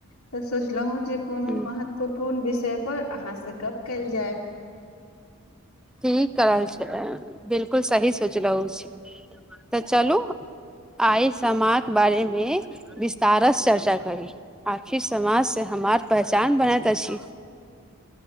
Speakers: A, on the left; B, in the centre.
A: तऽ सोचलहु जे कोनो
B: ह
A: महत्वपूर्ण विषय पर अहाँ से गप कयल जाय।
B: ठी करल छै बिलकुल सही सोचलहु छी। तऽ चलू। आइ समाज बारे मे विस्तारस चर्चा करी। आखिर समाज से हमार पहचान बनैत अछि।